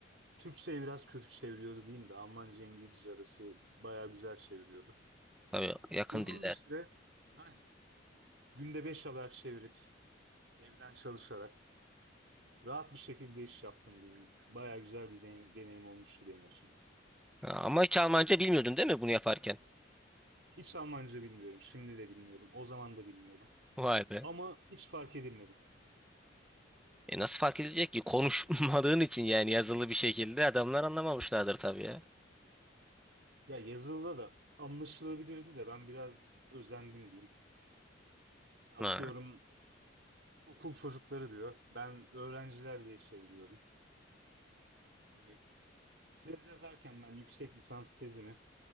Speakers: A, on the right; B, in the centre.
A: Türkçe'yi biraz kötü çeviriyordu diyeyim de Almanca İngilizce arası bayağı güzel çeviriyordu.
B: Tabii yakın
A: Uzun
B: diller.
A: bir süre aynen. Günde 5 haber çevirip evden çalışarak rahat bir şekilde iş yaptım diyeyim. Bayağı güzel bir deneyim, deneyim olmuştu benim açımdan.
B: Ha, ama hiç Almanca bilmiyordun değil mi bunu yaparken?
A: Hiç Almanca bilmiyorum. Şimdi de bilmiyordum. O zaman da bilmiyordum.
B: Vay be.
A: Ama hiç fark edilmedi.
B: E nasıl fark edilecek ki? Konuşmadığın için yani yazılı bir şekilde adamlar anlamamışlardır tabii ya.
A: Ya yazılıda da anlaşılabilirdi de ben biraz özendim diyeyim. Atıyorum
B: Ha.
A: okul çocukları diyor. Ben öğrenciler diye çeviriyorum. Hani tez yazarken ben yüksek lisans tezimi